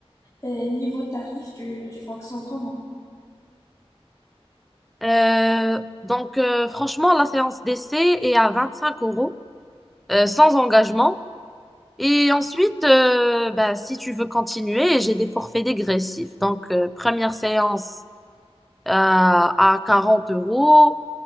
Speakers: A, on the left; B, in the centre.
A: euh, niveau tarif, tu, tu fonctionnes comment?
B: Euh, donc, euh, franchement, la séance d'essai est à 25 euros, euh, sans engagement. Et ensuite, euh, ben, si tu veux continuer, j'ai des forfaits dégressifs. Donc, euh, première séance euh, à 40 euros.